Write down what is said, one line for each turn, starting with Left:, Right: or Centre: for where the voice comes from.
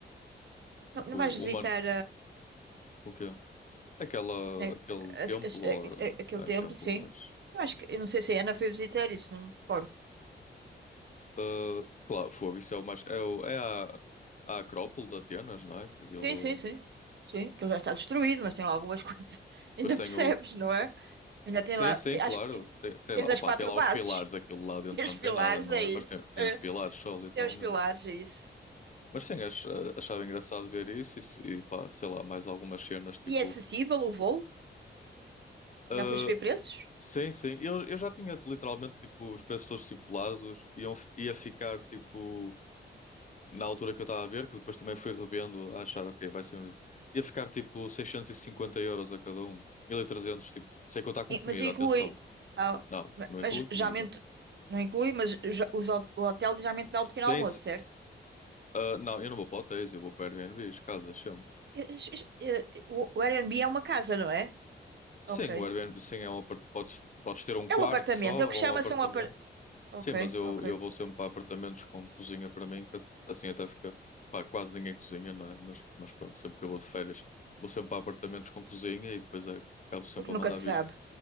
Left: Tipo,
Right: não, não vais visitar.
Left: uma, o quê? Aquela,
Right: É,
Left: aquele templo,
Right: as- as- é- é-
Left: ah,
Right: é- aquele
Left: não
Right: templo,
Left: é templo,
Right: sim.
Left: mas...
Right: Eu acho que, eu não sei se a Ana foi visitar isso, não me recordo.
Left: ah, claro, fogo, isso é o mais... É, o, é a, a Acrópole de Atenas, não é? Aquilo...
Right: Sim, sim, sim. Sim, aquilo já está destruído, mas tem lá algumas <laughs> coisas.
Left: Depois
Right: Ainda
Left: tem
Right: percebes,
Left: o
Right: não é? Ainda tem
Left: Sim,
Right: lá,
Left: sim,
Right: tem-
Left: claro.
Right: acho que ainda-
Left: Tem, tem
Right: tens
Left: lá, opa,
Right: as quatro
Left: tem lá
Right: bases,
Left: os pilares, aquilo
Right: <laughs>
Left: lá dentro
Right: tem
Left: já
Right: os
Left: não
Right: pilares,
Left: tem nada, não
Right: é
Left: é?
Right: isso.
Left: Mas tem, tem
Right: É,
Left: os pilares só, literalmente.
Right: Tem os pilares, é isso.
Left: Mas sim, ach- achava engraçado ver isso e, se- e pá, sei lá, mais algumas cenas, tipo.
Right: E é acessível o voo?
Left: ah,
Right: Já foste ver preços?
Left: sim, sim. Eu, eu já tinha literalmente, tipo, os preços todos estipulados, iam, f- ia ficar, tipo, na altura que eu estava a ver, que depois também fui revendo, a achar, ok, vai ser. um, Ia ficar, tipo, 650 euros a cada um. mil e trezentos tipo, sem contar com
Right: E-
Left: comida,
Right: Mas inclui,
Left: atenção.
Right: ah,
Left: Não,
Right: ma-
Left: não inclui
Right: mas
Left: comida.
Right: já mente, não inclui, mas já- os hot- o hotel já mente dá o pequeno
Left: Sim,
Right: almoço,
Left: sim,
Right: certo?
Left: Ah, não, eu não vou para hotéis, eu vou para Airbnbs, casas, sempre.
Right: E- e- e- e- O o Airbnb é uma casa, não é?
Left: Sim,
Right: Ok.
Left: o Airbnb, sim, é um apart... podes, podes ter um
Right: É
Left: quarto
Right: um apartamento.
Left: só
Right: É o que
Left: ou
Right: chama-se
Left: um apartamento.
Right: um apartamento. Ok,
Left: Sim, mas eu,
Right: ok.
Left: eu vou sempre para apartamentos com cozinha para mim, que assim até fica. Pá, quase ninguém cozinha, não é? Mas, mas pronto, sempre que eu vou de férias, vou sempre para apartamentos com cozinha e depois é, acabo sempre
Right: Porque nunca
Left: a mandar
Right: se
Left: vir,
Right: sabe.